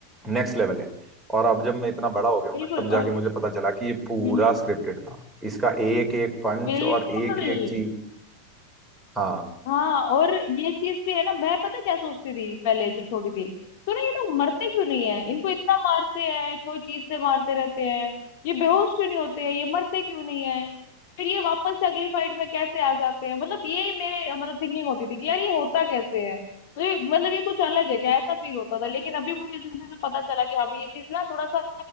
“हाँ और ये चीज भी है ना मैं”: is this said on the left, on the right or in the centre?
Left